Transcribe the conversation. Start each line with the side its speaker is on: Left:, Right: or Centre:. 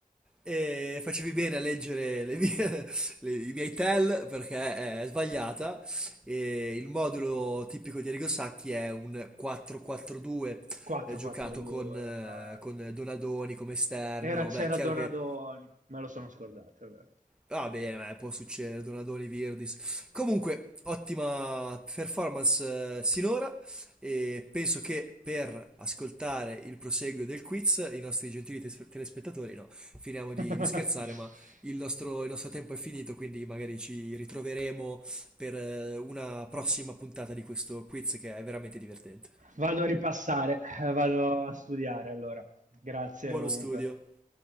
Centre: E facevi bene a leggere le mie- <laughs> le- i miei tell perché è sbagliata. E il modulo tipico di Arrigo Sacchi è un 4-4-2
Right: 4,
Centre: eh, giocato
Right: 4, 2.
Centre: con, eh,
Right: eh.
Centre: con Donadoni come esterno.
Right: Era- c'era
Centre: Beh, chiaro
Right: Donadoni.
Centre: che
Right: Me lo sono scordato, è vero.
Centre: Va bene, ma può succedere, Donadoni, Virdis. Comunque, ottima performance eh, sinora e penso che per ascoltare il proseguo del quiz, i nostri gentili tes- telespettatori, no, finiamo di,
Right: <laughs>
Centre: di scherzare, ma il nostro, il nostro tempo è finito, quindi magari ci ritroveremo per eh, una prossima puntata di questo quiz che è veramente divertente.
Right: Vado a ripassare, eh, vado a studiare allora. Grazie
Centre: Buono
Right: comunque.
Centre: studio.